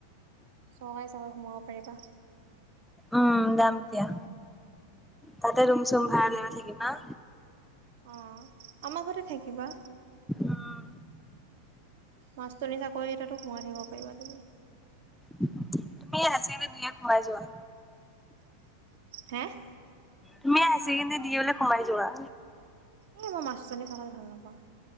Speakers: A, on the right; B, in the centre.
A: চৰকাৰী চৰকাৰি সোমাব পাৰিবা?
B: উম, যাম এতিয়া তাতে ৰুম-চুম ভাড়া লৈ থাকিম হাঁ।
A: অঁ, আমাৰ ঘৰতে থাকিবা।
B: উম।
A: মাষ্টৰনী চাকৰি এটাতো সোমাই থাকিব পাৰিবা তুমি।
B: তুমি হাই ছেকেণ্ডেৰী দি হ'লে সোমাই যোৱা।
A: হেঁহ্।
B: তুমি হাই ছেকেণ্ডাৰী দি হ'লে সোমাই যোৱা।
A: ই মই মাষ্টৰনী চাকৰী ভাল নাপাওঁ।